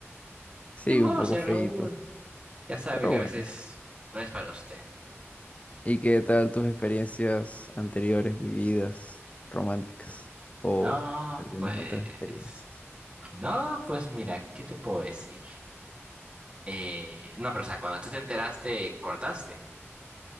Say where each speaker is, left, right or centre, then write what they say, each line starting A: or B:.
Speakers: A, on the left; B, on the right.
A: sí,
B: ni modo,
A: un poco
B: señor
A: feito.
B: Raúl. Ya sabe
A: Pero
B: que
A: bueno.
B: a veces no es para usted.
A: ¿Y qué tal tus experiencias anteriores, vividas, románticas? O
B: No,
A: algunas
B: pues,
A: otras experiencias.
B: no, pues mira, ¿qué te puedo decir? Eh, no, pero o sea, cuando tú te enteraste, cortaste.